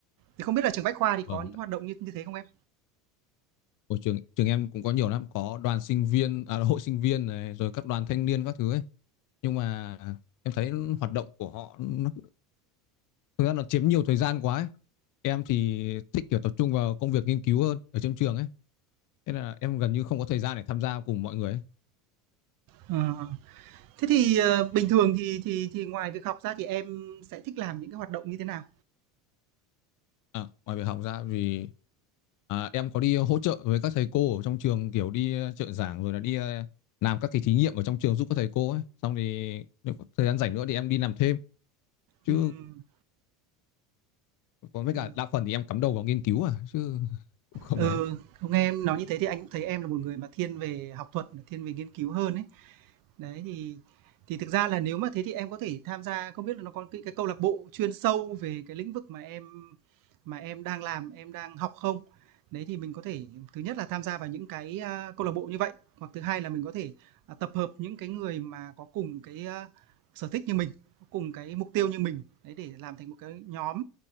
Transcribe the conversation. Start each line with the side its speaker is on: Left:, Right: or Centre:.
Right: thì không biết là trường bách khoa thì
Left: Vâng.
Right: có những hoạt động như như thế không em
Left: Ở trường trường em cũng có nhiều lắm, có đoàn sinh viên, à, hội sinh viên này, rồi các đoàn thanh niên các thứ ấy. Nhưng mà em thấy hoạt động của họ nó Thực ra nó chiếm nhiều thời gian quá ấy. Em thì thích kiểu tập trung vào công việc nghiên cứu hơn ở trong trường ấy. Thế là em gần như không có thời gian để tham gia cùng mọi người ấy.
Right: à. thế thì ờ, bình thường thì thì thì ngoài việc học ra thì em sẽ thích làm những cái hoạt động như thế nào
Left: À, ngoài việc học ra vì à, em có đi hỗ trợ với các thầy cô ở trong trường kiểu đi ờ, trợ giảng rồi là đi ờ, làm các cái thí nghiệm ở trong trường giúp các thầy cô ấy. Xong thì nếu có thời gian rảnh nữa thì em đi làm thêm. Chứ
Right: Ừm,
Left: còn với
Right: ừ.
Left: cả đa phần thì em cắm đầu vào nghiên cứu à chứ <laughs> cũng không
Right: ừ
Left: ấy.
Right: không nghe em nói như thế thì anh cũng thấy em là một người mà thiên về học thuật thiên về nghiên cứu hơn ấy Đấy, thì thì thực ra là nếu mà thế thì em có thể tham gia không biết là nó có cái cái câu lạc bộ chuyên sâu về cái lĩnh vực mà em mà em đang làm, em đang học không? Đấy, thì mình có thể thứ nhất là tham gia vào những cái, a, câu lạc bộ như vậy, hoặc thứ hai là mình có thể, à, tập hợp những cái người mà có cùng cái, a, sở thích như mình, có cùng cái mục tiêu như mình, đấy, để làm thành một cái nhóm.